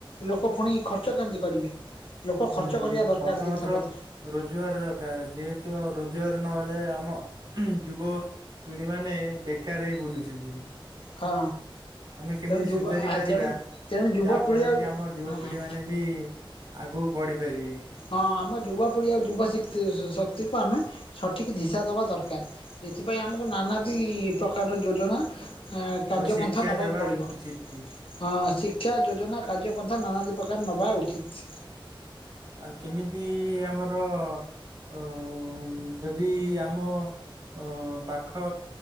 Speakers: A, on the left; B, on the right.
A: ଲୋକ ପୁଣି ଖର୍ଚ୍ଚ କେମିତି କରିବେ ଲୋକ
B: ହୁଁ
A: ଖର୍ଚ୍ଚ କରିବା ଦରକାର
B: ପ୍ରଥମତଃ
A: ଜିନିଷ ପତ୍ର।
B: ରୋଜଗାର ଦରକାର ଯେହେତୁ ଆଉ ରୋଜଗାର ନହେଲେ ଆମ ଉଁ ଯୁବ ପିଢି ମାନେ ବେକାରରେ ବୁଲୁଛନ୍ତି।
A: ହଁ।
B: ଆମେ କେମିତି
A: ତେଣୁ ଯୁବ
B: ସୁଧାରି
A: ଆଚରଣ
B: ପାରିବା
A: ତେଣୁ ଯୁବପିଢି
B: ଯାହା ଫଳରେ
A: ଆଉ
B: କି ଆମ ଯୁବପିଢି
A: ହଁ
B: ମାନେ ବି ଆଗକୁ ବଢିପାରିବେ।
A: ହଁ ଆମ ଯୁବପିଢ଼ି ଆଉ ଯୁବ ଶି ଶ-ଶକ୍ତିକୁ ଆମେ ସଠିକ୍ ଧିଶା ଦବା ଦରକାର। ଏଥିପାଇଁ ଆମକୁ ନାନାଦି ପ୍ରକାରର ଯୋଜନା ଆ କାର୍ଯ୍ୟପନ୍ଥା
B: ଆଉ ଶିକ୍ଷା
A: ନବାକୁ
B: ଦେବା
A: ପଡ଼ିବ।
B: ଉଚିତ ବି।
A: ହଁ ଶିକ୍ଷା ଯୋଜନା କାର୍ଯ୍ୟପନ୍ଥା ନାନାଦି ପ୍ରକାର ନବା ଉଚିତ୍।
B: ଆଉ କେମିତି ଆମର ଅ ଯଦି ଆମ ଅ ପାଖ